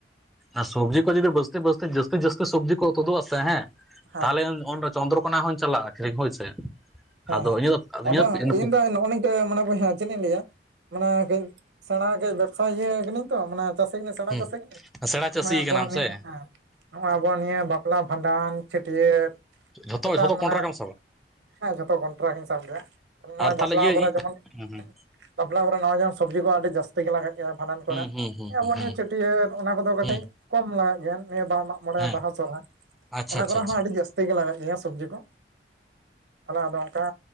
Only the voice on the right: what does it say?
ᱦᱮᱸ
ᱦᱮᱸ
ᱦᱮᱸ
ᱟᱫᱚ
ᱤᱧ ᱫᱚ ᱱᱚᱜᱼᱚ ᱱᱤᱝᱠᱟᱹ ᱢᱟᱱᱮ ᱵᱚᱭᱦᱟ ᱪᱮᱫ ᱤᱧ ᱞᱟᱹᱭᱟ ᱢᱟᱱᱮ ᱠᱟᱹᱡ᱾ ᱥᱮᱬᱟ ᱠᱟᱹᱡ ᱵᱮᱵᱽᱥᱟ ᱤᱭᱟᱹ ᱠᱟᱹᱱᱟᱹᱧ ᱛᱚ ᱢᱟᱱᱮ ᱪᱟᱹᱥᱤ ᱠᱟᱹᱱᱟᱧ ᱥᱮᱬᱟ
ᱪᱟᱹᱥᱤ ᱠᱟᱹᱱᱟᱹᱧ
ᱱᱚᱜᱼᱚᱭ
ᱟᱵᱚ
ᱱᱤᱭᱟᱹ
ᱦᱮᱸ ᱱᱚᱜᱼᱚᱭ ᱟᱵᱚᱣᱟᱜ ᱱᱤᱭᱟᱹ ᱵᱟᱯᱞᱟ ᱵᱷᱟᱸᱰᱟᱱ ᱪᱷᱟᱹᱴᱭᱟᱹᱨ
ᱱᱮᱛᱟᱨ
ᱢᱟᱱᱮ
ᱦᱮᱸ ᱡᱷᱚᱛᱚ ᱠᱚᱱᱴᱨᱟᱠᱴ ᱤᱧ ᱥᱟᱵ ᱜᱮᱭᱟ, ᱛᱚ ᱱᱚᱜᱼᱚᱭ
ᱵᱟᱯᱞᱟ
ᱠᱚᱨᱮ
ᱡᱮᱢᱚᱱ ᱵᱟᱯᱞᱟ ᱠᱚᱨᱮ ᱱᱚᱣᱟ ᱡᱟᱦᱟᱸᱱ ᱥᱚᱵᱡᱤ ᱠᱚ ᱟᱹᱰᱤ ᱡᱟᱹᱥ ᱛᱮᱜᱮ ᱞᱟᱜᱟᱜ ᱜᱮᱭᱟ ᱵᱷᱟᱸᱰᱟᱱ ᱠᱚᱨᱮᱱ,
ᱟᱵᱚ
ᱱᱤᱭᱟᱹ ᱪᱟᱹᱴᱭᱟᱹᱨ ᱚᱱᱟ ᱠᱚᱫᱚ ᱠᱟᱹᱴᱤᱡ
ᱠᱚᱢ ᱞᱟᱜᱟᱜ ᱜᱮᱭᱟ ᱱᱤᱭᱟᱹ ᱵᱟᱦᱟ ᱢᱟᱜ ᱢᱚᱬᱮ
ᱵᱟᱦᱟ ᱥᱚᱨᱦᱟᱭ
ᱚᱱᱟ
ᱠᱚᱨᱮ
ᱦᱚᱸ ᱟᱹᱰᱤ ᱡᱟᱹᱥᱛᱤ ᱜᱮ ᱞᱟᱜᱟᱜ ᱜᱮᱭᱟ ᱥᱚᱵᱽᱡᱤ ᱠᱚ᱾ ᱛᱟᱦᱚᱞᱮ ᱟᱫᱚ ᱚᱱᱠᱟ